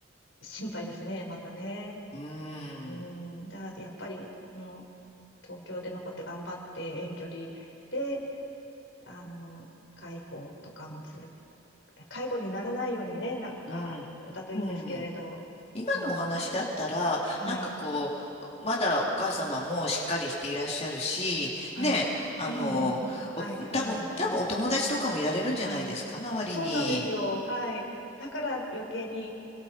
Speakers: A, on the left; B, on the left.
A: 心配ですね、またね。
B: うん、
A: うん、だからやっぱり、この、東京で残って頑張って遠距離で、あの、介護とかも続く、介護にならないようにね、なんか、
B: うん。
A: だといいんですけれど、
B: うん今のお話だったら、
A: うん、はい、
B: なんかこう、まだお母様もしっかりしていらっしゃるし、
A: はい、
B: ね、あの、
A: うんうん、はい、
B: お、
A: そうなんですね。
B: 多分、多分お友達とかもいられるんじゃないですか、
A: はい。
B: 周りに。
A: そうなんですよ。はい。だから余計に